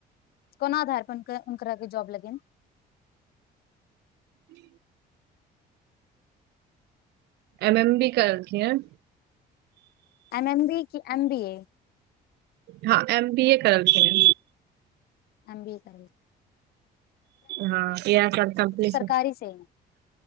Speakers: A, on the left (about 65°); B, on the right (about 80°).
A: कोन आधार पर जॉब लगेन
B: ह एम एम बी करलखिन
A: एम एम बी की एम बी ए
B: हँ एम बी ए करलखिन
A: एम बी ए कर
B: हँ इह साल कम्प्लीट
A: सरकारी
B: है
A: से